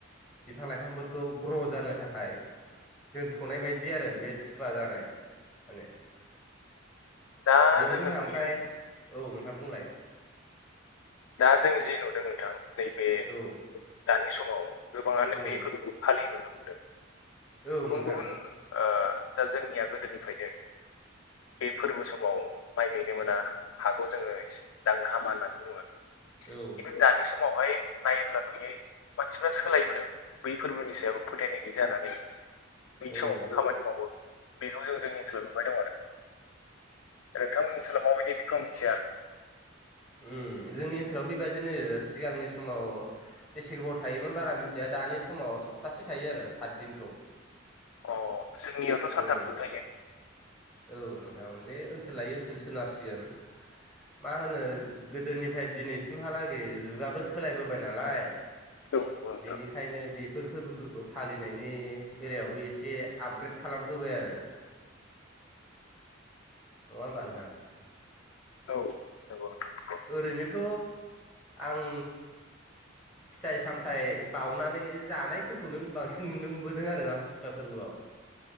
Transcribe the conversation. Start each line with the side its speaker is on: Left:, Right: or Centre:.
Centre: बिफां लाइफांफोरखौ ग्र' जानो थाखाय दोनथ'नाय बायदि आरो बे सुवा जानाय। माने
Left: दा
Centre: बेयाव
Left: जोङो
Centre: जोंहा
Left: नुयो
Centre: ओमफ्राय औ नोंथाङां बुंलाय।
Left: दा जों जि नुदों नोंथां नैबे
Centre: औ
Left: दानि समाव गोबाङानो
Centre: औ
Left: बेफोरबो फालि नुनो मोनदों
Centre: औ
Left: गुबुन
Centre: नोंथां
Left: गुबुन ओ दा जोंनिया गोदोनिफ्रायनो बे फोरबो समाव माइ गायनो मोना हाखौ जोंङो दांनो हामा होननानै बुङो।
Centre: औ
Left: खिन्थु दानि समावहाय नायोब्ला नुयै मानसिफ्रा सोलायबोदों बै फोरबोनि सायाव फोथायनाय गैयै जानानै। बै समावबो
Centre: औ
Left: खामानि मावो बेखौ जों जोंनि ओनसोलाव नुबाय दं आरो। नोंथांमोननि ओनसोलाव माबायदि बेखौ आं मिथिया।
Centre: उम जोंनि ओनसोलाव बेबायदिनो सिगांनि समाव बेसे गोबाव थायोमोन बारा मिथिया दानि समाव सप्तासे थायो आरो सातदिनखौ।
Left: अ जोंनियावथ'
Centre: औ
Left: सानथामसोल थायो।
Centre: औ नोंथां बे ओनसोल लायै ओनसोल सोनारसिगोन। मा होनो गोदोनिफ्राय दिनैसिमहालागै जुगाबो सोलायबोबाय नालाय।
Left: औ नंगौ नोंथां
Centre: बेनि खायनो बेफोर फोरबोफोरखौ फालिनायनि बेलायावबो एसे आपग्रेड खालामबोबाय आरो। नङा होनबा नोंथां?
Left: औ नंगौ नोंथां नंगौ
Centre: ओरैनोथ' आं फिथाइ सामथाइ बावउनानै जानायफोरखौनो बांसिन नुनो मोनबोदों आरो आमथिसुवा फोरबोआव।